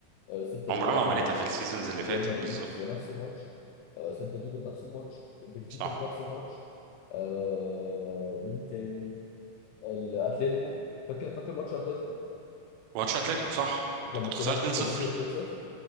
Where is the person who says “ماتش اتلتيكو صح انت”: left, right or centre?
Right